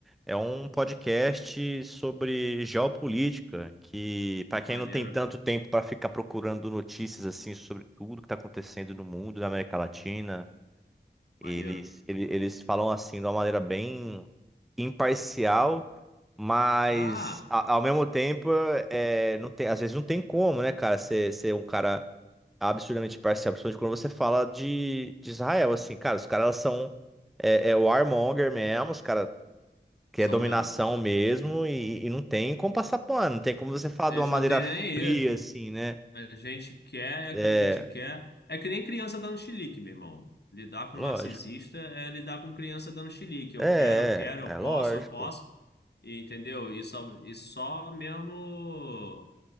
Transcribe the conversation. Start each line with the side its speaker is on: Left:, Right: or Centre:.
Centre: É um podcast sobre geopolítica, que pra quem
Left: maneiro,
Centre: não tem tanto tempo pra ficar procurando notícias assim sobre tudo que tá acontecendo no mundo, na América Latina, eles,
Left: maneiro.
Centre: ele- eles falam assim de uma maneira bem imparcial, mas
Left: Ah,
Centre: a- ao mesmo tempo, é, não tem, às vezes não tem como, né, cara, ser, ser um cara absurdamente imparcial, principalmente quando você fala de, de Israel, assim, cara, os caras são é, é warmonger mesmo, os caras querem
Left: são
Centre: dominação
Left: mesmo.
Centre: mesmo e, e não tem como passar pano, não tem como você falar
Left: Eles
Centre: de uma maneira
Left: não têm nem
Centre: fria,
Left: aí.
Centre: assim, né?
Left: A gente quer é
Centre: É,
Left: o que a gente quer. É que nem criança dando chilique, meu irmão. Lidar com
Centre: lógico.
Left: um narcisista é lidar com criança dando chilique.
Centre: É,
Left: Eu quero, eu quero, eu
Centre: é, é
Left: posso,
Centre: lógico.
Left: eu posso. E, entendeu? E só, e só mesmo,